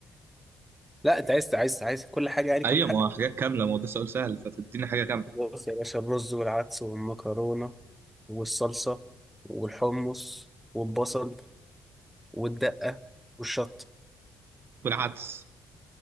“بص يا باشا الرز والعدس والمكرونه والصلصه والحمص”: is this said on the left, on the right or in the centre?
Centre